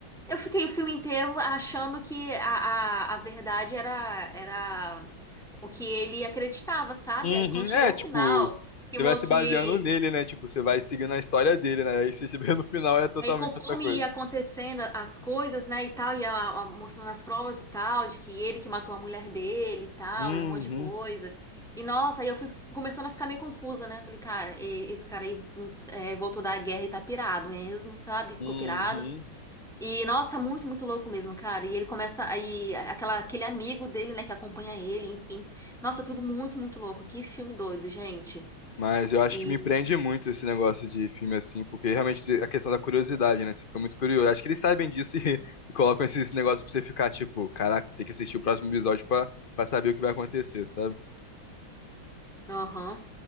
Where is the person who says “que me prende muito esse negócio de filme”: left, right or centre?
Left